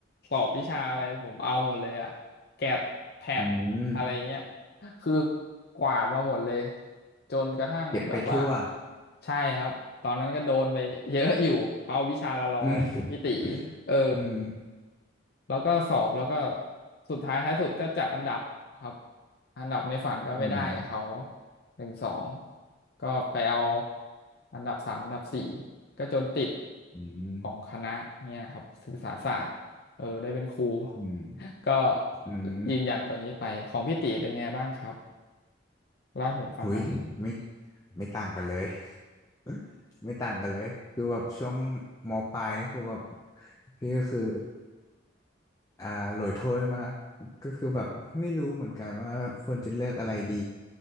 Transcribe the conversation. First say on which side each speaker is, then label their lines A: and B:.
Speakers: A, on the left; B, on the left.
A: สอบวิชาอะไรผมเอาหมดเลยอะแกดแพทอะไรเงี้ย
B: อืม
A: คือกวาดมาหมดเลยจนกระทั่งแบบว่า
B: เก็บไปทั่ว
A: ใช่ครับตอนนั้นก็โดนไปเยอะอยู่เขาวิชาละร้อยไงพี่ตี
B: อืม
A: เออ
B: อืม
A: แล้วก็สอบแล้วก็สุดท้ายท้ายสุดก็จัดอันดับครับอันดับในฝันก็ไม่ได้กับเขา
B: อืม
A: หนึ่งสองก็ไปเอาอันดับสามอันดับสี่ก็จนติด
B: อืม
A: ของคณะเนี่ยครับศึกษาศาสตร์เออได้เป็นครู
B: อืม
A: <laughs> ก็
B: อืม
A: ยืนยันตัวนี้ไปของพี่ตีเป็นไงบ้างครับ เล่าให้ผมฟังหน่อย
B: หุย <laughs> ไม่ไม่ต่างกันเลย <laughs> ไม่ต่างกันเลยคือแบบช่วงมปลายนี่คือแบบพี่ก็คือ อ่าโหลยโถ้วยมากก็คือแบบไม่รู้เหมือนกันว่าควรจะเลือกอะไรดี